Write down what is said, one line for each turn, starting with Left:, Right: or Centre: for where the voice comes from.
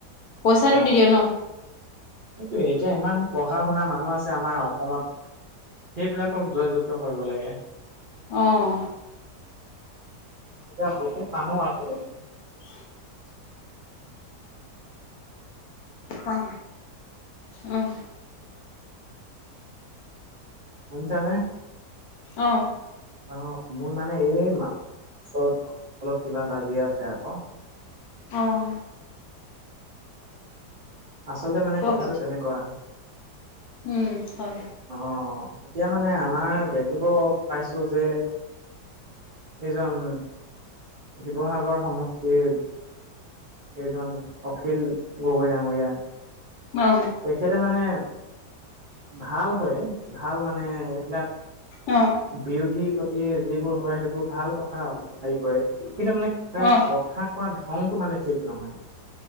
Left: পইচাটো
Right: অ,
Left: দি দিয়ে ন
Right: সেইটো এতিয়া ইমান পঢ়া, শুনা মানুহ আছে, আমাৰ। অসমত সেইবিলাকক জয়যুক্ত কৰিব লাগে।
Left: আহ।
Right: এতিয়া বুকুত মানুহ আছে।
Left: <unintelligible> অ, উম।
Right: <unintelligible> নে
Left: অ
Right: অ', মোৰ মানে, এই ওচৰত অলপ বাজিয আছে আকৌ
Left: অ',
Right: অ', চলতে মানে
Left: কওক
Right: কথাটো তেনেকুৱা
Left: উম, হয়।
Right: অ এতিয়া মানে আমাৰ দেখিব পাইছো যে এজন, শিৱসাগৰ সমষ্টিৰ এইজন অখিল গগৈ ডাঙৰীয়া
Left: অ
Right: তেখেতে মানে ভাল হয়, ভাল মানে এইবিলাক
Left: অ
Right: বিৰোধীৰ প্ৰতি যিবোৰ হয়, সেইবোৰ ভাল কথা হেৰি কৰে কিন্তু মানে, তাৰ
Left: অ
Right: কথা কোৱা ধংটো মানে, ঠিক নহয়